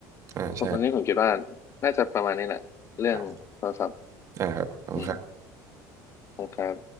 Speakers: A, on the right (about 40°); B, on the left (about 35°).
A: อ่าใช่
B: วันนี้ผมคิดว่าน่าจะประมาณนี้แหละเรื่องโทรศัพท์
A: ครับอ่าครับขอบคุณครับ
B: อืมขอบคงครับ